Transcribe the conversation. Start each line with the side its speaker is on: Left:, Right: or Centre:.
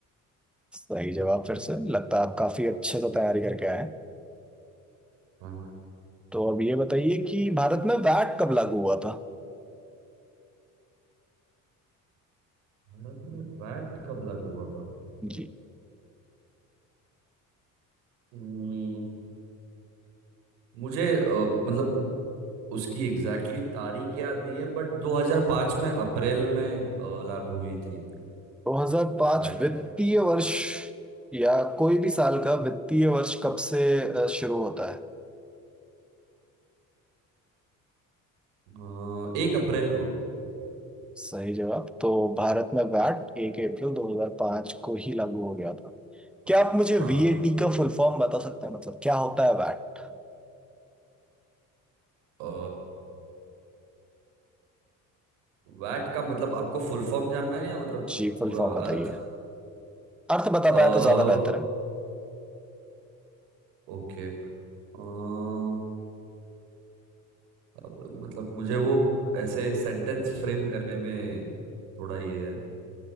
Centre: सही जवाब फिर से लगता है आप काफी अच्छे से तैयारी करके आए हैं।
Right: हाँ हाँ
Centre: तो अब ये बताइए कि भारत में वैट कब लागू हुआ था
Right: भारत में वैट कब लागू हुआ था
Centre: जी
Right: हम्म, मुझे अ, मतलब उसकी एग्जैक्टली exactly तारीख याद नहीं है बट 2005 में अप्रैल में अ, लागू हुई थी
Centre: 2005
Right: वैट
Centre: वित्तीय वर्ष या कोई भी साल का वित्तीय वर्ष कब से अ, शुरू होता है
Right: अ, एक अप्रैल को
Centre: सही जवाब तो भारत में वैट एक अप्रैल 2005 को ही लागू हो गया था क्या
Right: हाँ
Centre: आप मुझे
Right: हाँ।
Centre: वीएटी का फुल फॉर्म बता सकते हैं मतलब क्या होता है वैट
Right: अ, वैट का मतलब आपको फुल फॉर्म जानना है या मतलब
Centre: जी फुल
Right: पूरा
Centre: फॉर्म
Right: अर्थ
Centre: बताइए अर्थ बता
Right: अ
Centre: पाए तो ज्यादा बेहतर है
Right: ओके अ, अब मतलब मुझे वो ऐसे सेंटेंस फ्रेम करने में थोड़ा ये है